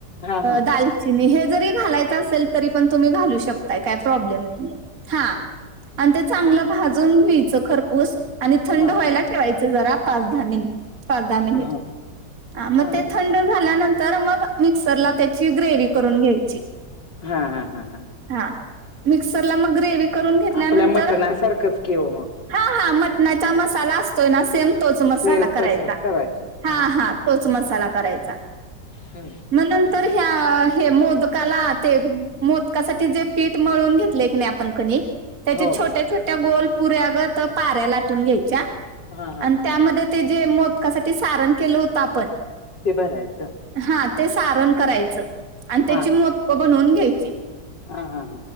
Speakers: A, on the left; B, on the right.
A: हा हा
B: दाल चिनी हे जरी घालायचं असेल तरी पण तुम्ही घालू शकताय काय प्रॉब्लेम नाही हा. आणि ते चांगलं भाजून घ्यायचं खरपूस आणि थंड
A: हा
B: व्हायला ठेवायचं जरा पाच-दहा मिं पाच-दहा मिनिट
A: हा हा
B: मग ते
A: हा
B: थंड झाल्यानंतर मग मिक्सरला त्याची ग्रेव्ही करून घ्यायची.
A: हा हा हा
B: हा मिक्सरला मग करून घेतल्यानंतर
A: आपल्या मटणासारखंच की ओ.
B: हा हा मटणाचा मसाला असतोय ना सेम तोच मसाला
A: सेम
B: करायचा
A: तसच करायचं
B: हा
A: हम्म
B: हा. तोच मसाला करायचा.
A: हम्.
B: मग नंतर ह्या हे मोदकाला ते मोदकासाठी जे पीठ मळून घेतले क आपण क त्याचे
A: हो
B: छोट्या-छोट्या गोल पुऱ्या गत पाऱ्या लाटून घ्यायच्या
A: हा हा
B: आणि त्यामध्ये ते जे मोदका साठी सारण केलं होत आपण.
A: ते भरायच.
B: हा ते सारण करायचं आणि त्याची
A: हा हा
B: मोदक बनवून घ्यायची.
A: हा हा